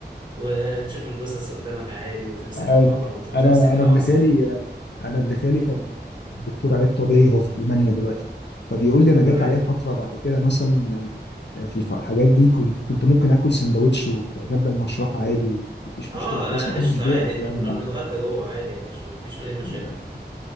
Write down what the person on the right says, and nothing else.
وتشوف الجثث قدامك عادي وتمسك
في العضلات وتمسك
الاعصاب
تمام
اه
قشطه
عادي احنا
كنا
بنتغدى جوه عادي يا باشا مفيش اي مشاكل